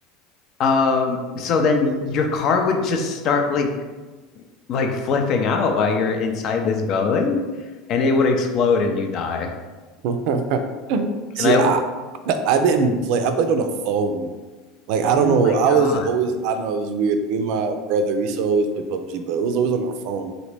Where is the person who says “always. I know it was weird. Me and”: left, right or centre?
Right